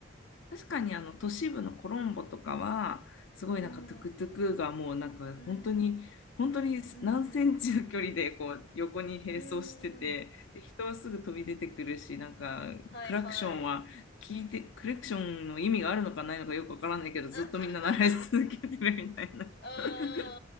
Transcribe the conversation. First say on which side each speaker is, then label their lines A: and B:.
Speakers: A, on the left (about 75°); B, on the left (about 60°).
A: 確かにあの都市部のコロンボとかは、すごいなんかトゥクトゥクがもうなんか本当に、
B: うん、うん、
A: 本当に何センチの距離でこう横に並走してて、
B: うん、うん。
A: で人はすぐ飛び出てくるし、なんかクラクションは聞いて、
B: はいはい。
A: クラクションの意味があるのかないのかよくわからないけど、
B: <laughs>
A: ずっとみんな鳴らし続けてるみたいな。
B: うん
A: <laughs>
B: うん